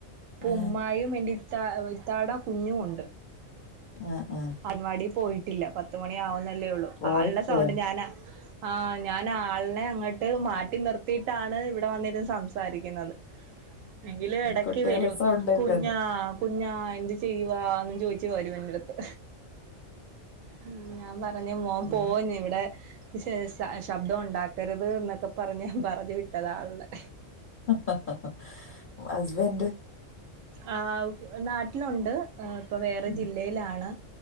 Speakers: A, on the right; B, on the left.
A: ഇപ്പൊ
B: ആ
A: ഉമ്മായും എന്റെ ഇത്താ ഇത്താട കുഞ്ഞും ഉണ്ട്.
B: ആഹ് ആഹ്
A: അൻവാടി പോയിട്ടില്ല പത്തുമണിയാ വുന്നല്ലേ ഉള്ളൂ.
B: പോയിട്ട്
A: ആളുടെ സൗണ്ട് ഞാനാ ആ ഞാൻ ആളിനെ അങ്ങട്ട് മാറ്റി നിർത്തിയിട്ടാണ് ഇവിടെ ഇരുന്ന് സംസാരിക്കുന്നത്. എങ്കില് ഇടക്ക്
B: കുട്ടികളെ
A: വരും
B: സൗണ്ട് കേൾക്കുന്നു
A: കുഞ്ഞാ കുഞ്ഞാ എന്തു ചെയ്യവാ എന്ന് ചോയിച്ച് വരും എന്റെടുത്ത്. ഉ ഞാൻ പറഞ്ഞ മോൻ
B: ഉം.
A: പോന്നു. ഇവിടെ ശേഷം ശബ്ദം ഉണ്ടാക്കരുത് എന്നൊക്കെ പറഞ്ഞ് ഞാൻ പറഞ്ഞു വിട്ടാത അവളെ
B: ഹ ഹ ഹസ്ബഡ്.
A: ആ് നാട്ടിലുണ്ട് ഇപ്പൊ വേറെ
B: ഉം.
A: ജില്ലയിലാണ്.